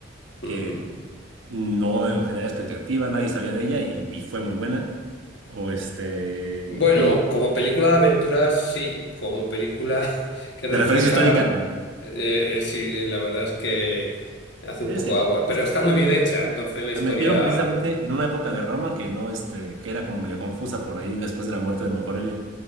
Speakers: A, on the right; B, on the left.
A: que
B: Ujú.
A: no generaba expectativa, nadie sabía de ella y, y fue muy buena. O este,
B: Bueno,
A: digo,
B: como película de aventuras, sí, como película <laughs> que refleja,
A: de referencia histórica, no.
B: eh, eh, sí, la verdad es que hace
A: Es
B: un poco
A: que
B: agua,
A: pues,
B: pero está muy
A: precisamente
B: bien hecha,
A: la,
B: entonces la
A: la
B: historia,
A: metieron precisamente en una época de Roma que no, este, que era como medio confusa por ahí después de la muerte de Marco Aurelio.